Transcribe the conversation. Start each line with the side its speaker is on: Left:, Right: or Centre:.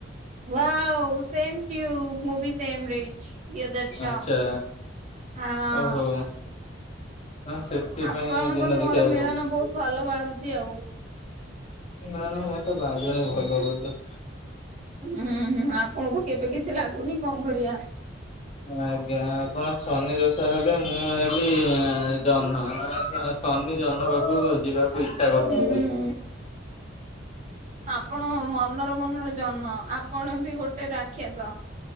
Right: ୱାଓ ସେମ୍ ଟୁ ୟୁ। ମୁଁ ବି ସେମ୍ ରେ। ଦୁଇ ହଜାର ଛଅ।
Left: ଆଚ୍ଛା
Right: ହଁ।
Left: ଓହୋ ହଁ ସେଥିପାଇଁ
Right: ଆପଣଙ୍କ
Left: ଦିନ
Right: ମୋର
Left: ଦେଖିବାକୁ
Right: ମିଳନ
Left: ପଡୁଛି
Right: ବହୁତ ଭଲ ବାହାରୁଚି ଆଉ।
Left: ନା ନା ମତେ ଲାଗୁନି ଭଲ ବୋଲି ତ।
Right: ହୁଁ ହୁଁ ଆପଣଙ୍କୁ ତ କେବେ କିଛି ଲାଗୁନି କଣ କରିବା।
Left: ଆଜ୍ଞା ଆପଣ ଶନି ଦୋଷ ହେଲେ ମୁଁ ହେଲି ଜହ୍ନ। ସନି ଜହ୍ନ ପାଖକୁ ଯିବାକୁ ଇଚ୍ଛା କରୁଚି
Right: ହୁଁ।
Left: ବହୁତ।
Right: ଆପଣ ମନର ମନରେ ଜନ୍ମ ଆପଣ ବି ଗୋଟେ ରାକ୍ଷାସ।